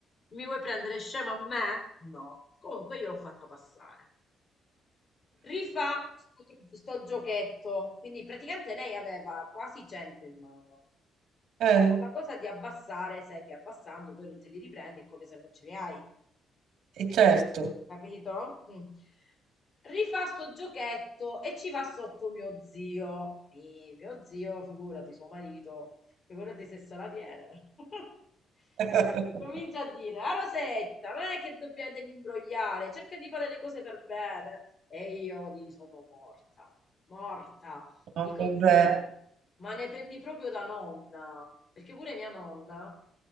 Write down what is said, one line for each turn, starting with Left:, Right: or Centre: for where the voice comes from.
Left: mi vuoi prendere scema a me? No. Comunque io l'ho fatta passare. Rifà sto, sto giochetto. Quindi praticamente lei aveva quasi 100 in mano.
Right: eh,
Left: Con la cosa di abbassare, sai che abbassando poi non te li riprendi, è come se non ce li hai.
Right: eh, certo.
Left: Capito? Mm. Rifà sto giochetto e ci va sotto mio zio. Mi- mio zio, figurati, suo marito, figurati se se la tiene. <laughs>
Right: <laughs>
Left: E comincia a dire, a Rosetta, non è che dobbiamo devi imbrogliare, cerca di fare le cose per bene. E io lì sono morta, morta. Dico,
Right: No, vabbè.
Left: zia, ma ne prendi proprio da nonna, perché pure mia nonna,